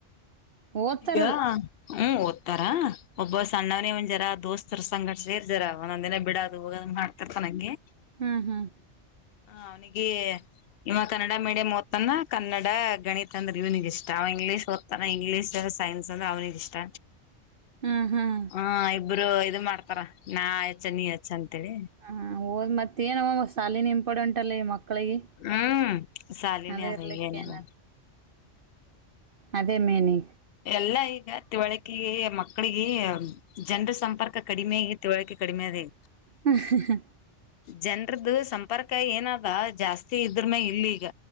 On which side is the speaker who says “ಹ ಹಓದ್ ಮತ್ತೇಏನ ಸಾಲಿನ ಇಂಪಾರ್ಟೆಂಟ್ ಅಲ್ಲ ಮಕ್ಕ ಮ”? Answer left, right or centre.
Right